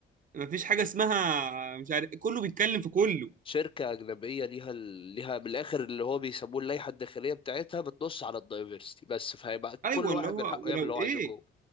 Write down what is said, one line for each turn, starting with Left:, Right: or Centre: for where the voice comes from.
Right: مفيش حاجه اسمها مش عارف كله بيتكلم في كله
Left: شركه اجنبيه ليها ال- ليها من الاخر اللي هو بيسموه اللائحه الداخليه بتاعتها بتنص على الدايفرسيتي بس فهيبقى
Right: ايوه
Left: كل واحد
Right: اللي هو
Left: من حقه
Right: ولو
Left: يعمل اللي هو
Right: ايه
Left: عايزه جوه